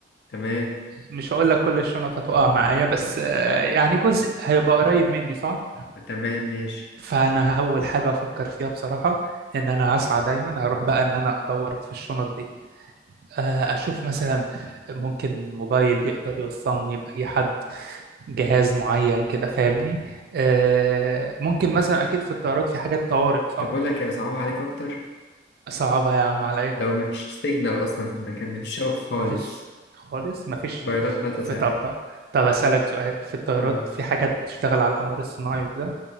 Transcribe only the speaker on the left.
تمام
آه،
تمام ماشي
طب أقول لك يا صعب عليك أكتر
لو مفيش سيجنال أصلا في المكان مفيش شبكة خالص
موبايلات لا تصح
آه.